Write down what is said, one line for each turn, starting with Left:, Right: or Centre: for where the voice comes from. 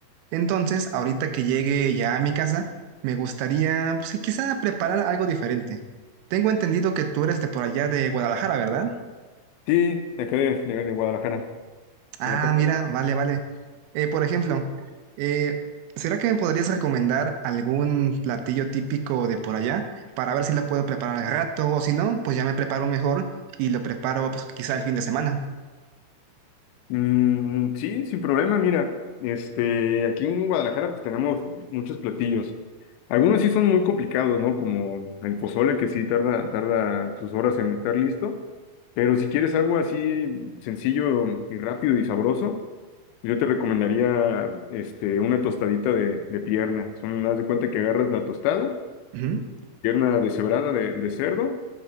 Right: Entonces, ahorita que llegue ya a mi casa, me gustaría, pues, sí, quizá preparar algo diferente. Tengo entendido que tú eres de por allá de Guadalajara, ¿verdad?
Left: Sí, de acá de, de- de Guadalajara.
Right: Ah,
Left: de la Perla.
Right: mira, vale, vale. Eh, por ejemplo, eh, ¿será que me podrías recomendar algún platillo típico de por allá para ver si lo puedo preparar al rato o si no, pues ya me preparo mejor y lo preparo pues quizá el fin de semana?
Left: Mm, sí, sin problema, mira. Este, aquí en Guadalajara pues tenemos muchos platillos. Algunos sí son muy complicados, ¿no? Como el pozole, que sí tarda, tarda sus horas en estar listo. Pero si quieres algo así sencillo y rápido y sabroso, yo te recomendaría este, una tostadita de, de pierna. Son, haz de cuenta que agarras la tostada.
Right: Ujú.
Left: pierna deshebrada de, de cerdo,